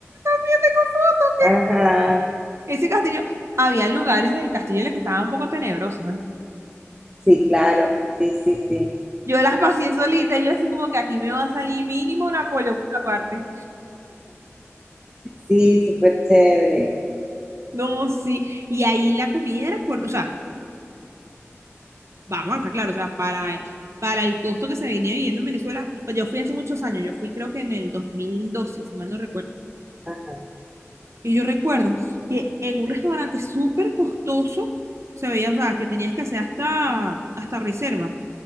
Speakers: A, on the right; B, on the right.
A: Tengo fotos
B: Ajá.
A: ese castillo, había lugares del castillo en los que estaban un poco tenebrosos. ¿eh?
B: Sí, claro. Sí, sí, sí.
A: Yo las pasé solita, y yo así como que aquí me va a salir mínimo Napoleón por la parte.
B: Sí, súper chévere.
A: No, sí. Y ahí la comida era con, o sea, vamos, está claro, o sea, para, para el costo que se venía viviendo en Venezuela, yo fui hace muchos años, yo fui creo que en el 2012, si mal no recuerdo.
B: Ajá.
A: Y yo recuerdo que en un restaurante súper costoso se veía, o sea, que tenías que hacer hasta, hasta reserva.